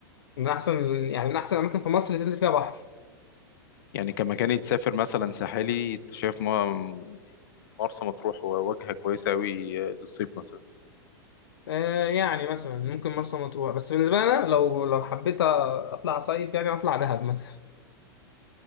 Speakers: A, on the left (about 75°); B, on the left (about 60°).
A: من أحسن يعني من أحسن الأماكن في مصر اللي تنزل فيها بحر
B: يعني كمكان يتسافر مثلا ساحلي انت شايف ما- مرسى مطروح وجهة كويسة قوي للصيف مثلا
A: آه يعني مثلا ممكن مرسى مطروح بس بالنسبة لي أنا لو لو حبيت أطلع صيف يعني أطلع دهب مثلا